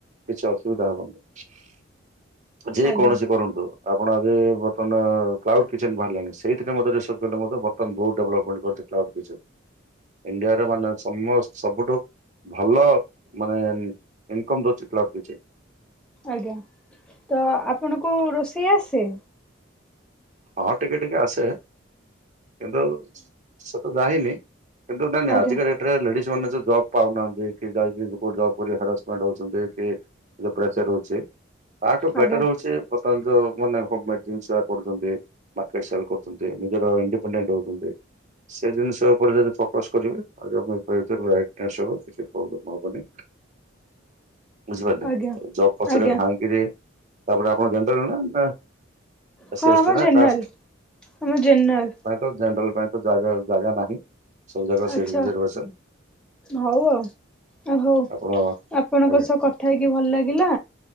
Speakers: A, on the right; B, in the centre.
A: କିଛି ଅସୁବିଧା ହବନି। ଯେ
B: ଆଜ୍ଞା
A: କୌଣସି କରନ୍ତୁ ଆପଣ ଆଜି ବର୍ତମାନ କ୍ଳାଉଡ କିଚେନ ବାହାରିଲାଣି ସେଇଥିରେ <unintelligible> ବର୍ତ୍ତମାନ ବହୁତ ଡେଭଲପମେଣ୍ଟ କରିଛି। Cloud kitchen. ଇଣ୍ଡିଆରେ ମାନେ ସମ ସବୁଠୁ ଭଲ ମାନେ ଇନକମ ଦଉଛି ସବ୍ କିିଛି।
B: ଆଜ୍ଞା ତ ଆପଣଙ୍କୁ ରୋଷେଇ ଆସେ?
A: ହଁ ଟିକେ ଟିକେ ଆସେ କିନ୍ତୁ ସେ ତ ଯାାଇନି କିନ୍ତୁ ନାଇଁ
B: ଆଜ୍ଞା
A: ଆଜିକାଡେଟରେ ଲେଡିଜ ମାନେ ଜବ ପାଉନାହାନ୍ତି କି ଯାଇ ଜ ସମ୍ପେଣ୍ଟହଉଛନ୍ତି କି ପ୍ରେସରେ ହଉଛି ତାଠୁ
B: ଆଜ୍ଞା
A: ବେଟର ହଉଛି ବର୍ତ୍ତମାନ ଯୋଉ <unintelligible> କରୁଛନ୍ତି। ମାର୍କେନ୍ର ଆଲ ସେଲ କରୁତନ୍ତି ନିଜର ଇଡିପେଣ୍ଡେଣ୍ଟ ହଉନ୍ତନ୍ତି। ସେ ଜିନିଷ ଉପରେ ଯଦି ଫୋକସ କରିବେ ଆହୁରି ପ୍ରେଜର ରାଇଟ ନାସ୍ତି ହବ କିଛି ପ୍ରୋବେଲମ୍ ଦୂବନ୍ତି ପ୍ରୋବ୍ଲେ ହବନି। ବୁଝିପାରିଲେ
B: ଆଜ୍ଞା।
A: ଜବ ପଛରେ
B: ଆଜ୍ଞା
A: ଧାାଇଁକିରି ତାପରେ ଆପଣ ଯେଣ୍ଟେଲେ ନା ନା। <unintelligible>
B: ହଁ ଆମ
A: ପାଇଁ
B: ଜେନେରାଲ ଆମ ଜେନେରାଲ
A: ତ ଜାଗା ଜାଗା ନାହିଁ ସବୁ ଜାକ
B: ଆଚ୍ଛା
A: <unintelligible>
B: ହଉ ଆଉ ଆଉ ହଉ
A: ଆପଣ
B: ଆପଣଙ୍କ
A: ଆଜ୍ଞା
B: ସହ କଥା ହେଇକି ଭଲ ଲାଗିଲା।